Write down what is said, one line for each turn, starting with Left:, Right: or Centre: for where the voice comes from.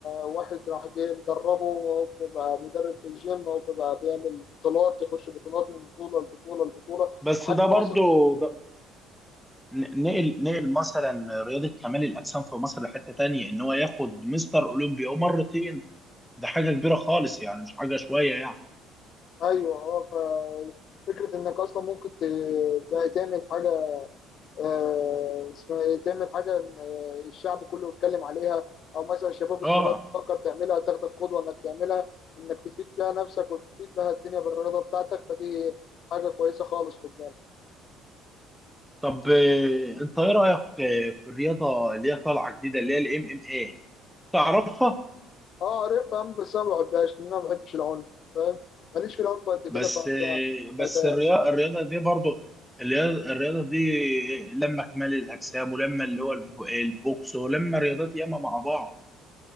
Left: واحد راح جاي مدربه وهو بقى مدرب في الجيم وهو بقى بيعمل بطولات يخش بطولات من بطوله لبطوله لبطوله
Centre: بس
Left: لحد
Centre: ده
Left: ما
Centre: برضو
Left: وصل
Centre: ده ن- نقل نقل مثلا رياضه كمال الاجسام في مصر لحته تانية ان هو ياخد مستر اولمبيا ومرتين ده حاجه كبيره خالص يعني مش حاجه شويه يعني
Left: ايوه اه ففكره انك اصلا ممكن ت- تعمل حاجه آه، اسمها ايه تعمل حاجه إن، آه، الشعب كله يتكلم عليها او مثلا الشباب
Centre: اه
Left: الصغير تفكر تعملها تاخدك قدوه انك تعملها انك تفيد بيها نفسك وتفيد بيها الدنيا بالرياضه بتاعتك فدي حاجه كويسه خالص خد بالك
Centre: طب آه، انت ايه رايك آه، في الرياضه اللي هي طالعه جديده اللي هي الام ام اي تعرفها
Left: اه قريب فاهم بس انا ما بحبهاش لان انا ما بحبش العنف فاهم ماليش في العنف قد
Centre: بس
Left: كده ف ف-
Centre: بس
Left: فت-
Centre: الرياضه الرياضه دي برضو الرياضه الرياضه دي لما كمال الاجسام ولما اللي هو الب- البوكس ولما رياضات ياما مع بعض